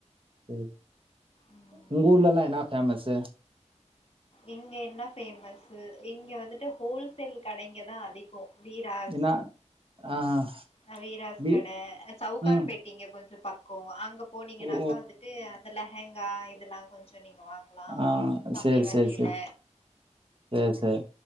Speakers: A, on the right; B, on the left.
A: செரி
B: ம்
A: உங்க ஊர்லல்லா என்னா ஃபேமஸூ
B: இங்க என்ன ஃபேமஸு இங்க வந்துட்டு ஹோல்சேல் கடைங்கதா அதிகோ வீராஸ்
A: என்னா ஆஹா
B: அ வீராஸ்
A: பி
B: கட சவுகார்பேட்ட
A: ம்
B: ஆங்க கொஞ்ச பக்கோ அங்க போனீங்கனாக்கா
A: ஓ
B: வந்துட்டு அந்த லெஹேங்கா இதெல்லா கொஞ்ச நீங்க வாங்லா
A: ஆ
B: கம்மி
A: சேர்
B: வெலையில
A: சேர் சேரீ சரி சரி